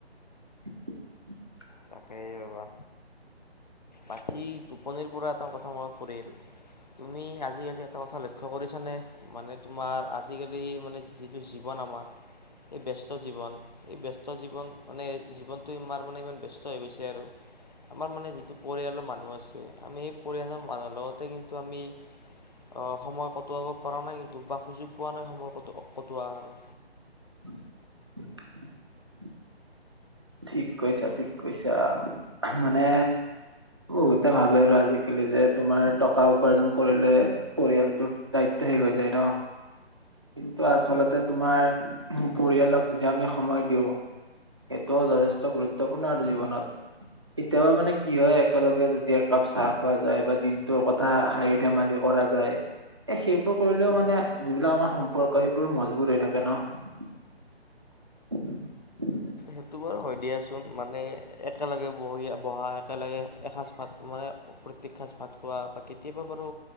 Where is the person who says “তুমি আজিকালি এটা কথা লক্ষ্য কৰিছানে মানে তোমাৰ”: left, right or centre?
Left